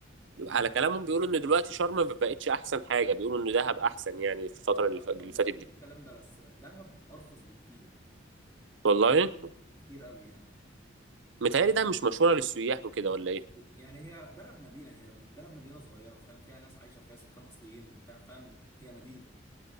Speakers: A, on the right; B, on the left.
A: على كلامهم بيقولوا ان دلوقتي شرم ما بقتش احسن حاجه بيقولوا ان دهب احسن يعني في الفتره
B: لا
A: اللي ف-
B: ما
A: اللي
B: ما
A: فاتت
B: فيش
A: دي
B: الكلام ده بس دهب ارخص بكتير
A: والله
B: بكتير قوي يعني
A: متهيألي دهب مش مشهوره للسياح وكده ولا ايه
B: يعني هي دهب مدينة هي دهب مدينة صغيرة فاهم فيها ناس عايشة وفيها سكان اصليين وبتاع فاهم هي مدينة